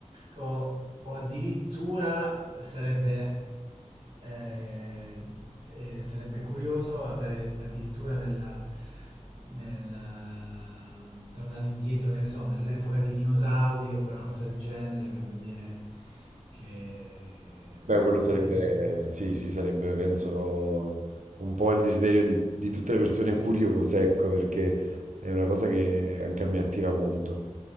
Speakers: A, on the right; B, on the right.
A: o, o addirittura sarebbe, eh, eh, sarebbe curioso andare addirittura nella, nel tornare indietro, che ne so, nell'epoca dei dinosauri o qualcosa del genere per vedere che
B: Beh, quello sarebbe,
A: con i-
B: sì, sì, sarebbe, penso, un po' il desiderio di, di tutte le persone curiose, ecco, perché è una cosa che anche a me attira molto.